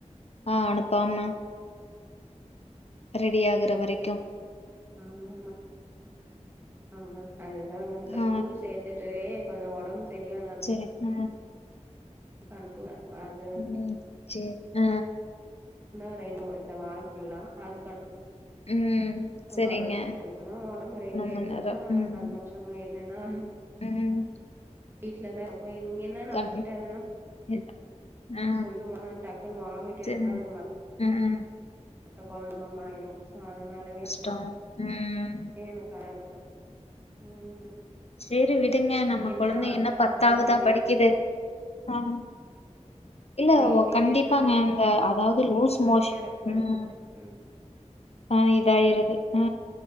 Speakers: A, on the left; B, on the right.
A: அ அனுப்பாம ரெடி ஆகுற வரைக்கு
B: ஆமா ஆமா ஆங்க அதுதாங்க இப்ப
A: ஆ
B: ஸ்கூல் சேத்துட்டு கொஞ்சோ ஒடம்பு சரியா
A: செரி ஆ
B: கனுப்பு <unintelligible>
A: ம் சேர் ஆ
B: ந்தா ரெய்னோ இந்த வாரம் ஃபுல்லா அதுக்குடு
A: ம்
B: த்த
A: சரிங்க.
B: வாரந்தா அதுக்குல்லா ஒடம்பு ரெடி ஆயிடுச்சுன்னா
A: மணி நேரம். ம்,
B: சந்தோஷங்க இல்லைன்னா
A: ம்
B: வீட்டுல தா இருப்போ இங்கியன் னா நம்ம
A: கண்
B: கிட்ட என்னனா
A: எத் ஆ
B: சொல்லுவா டக்குன் வாமிட்
A: சரி
B: எடுத்தா அத
A: ம்
B: த்த குழம்ப மாயிடு சோ அதனாலவே
A: டோ ம்
B: எனக்கு அ <unintelligible> இருக்கு ம்
A: சேரி விடுங்க நம்ம
B: என்னன்னா
A: கொழந்தைங்க
B: அடுத்து
A: என்ன பத்தாவதா
B: நம்ம அது வெயிட்டு
A: படிக்குது ஆ இல்ல
B: வெயிட்
A: ஓ கண்டிப்பாங்க
B: ஏத்ததுலயே
A: இந்த அதாவது லூஸ் மோஷ்
B: எனக்கு
A: ம்
B: ம்
A: ஆ இதாயிருது ஆ